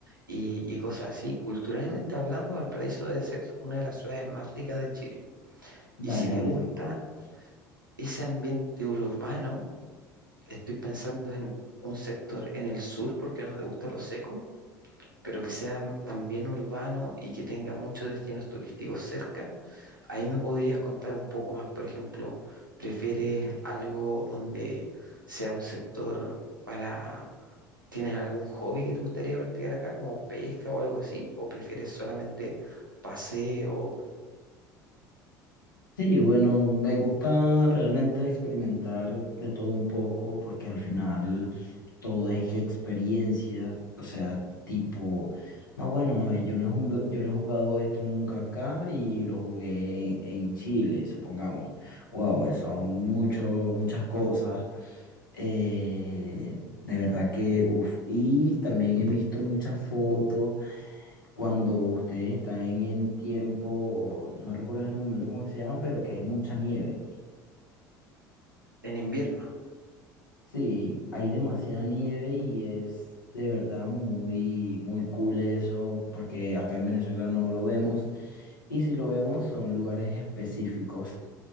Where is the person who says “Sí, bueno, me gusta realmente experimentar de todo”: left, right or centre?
Left